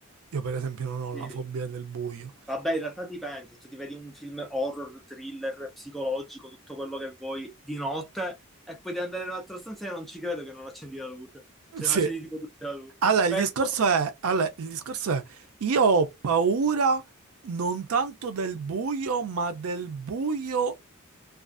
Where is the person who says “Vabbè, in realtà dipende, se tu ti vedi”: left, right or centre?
Centre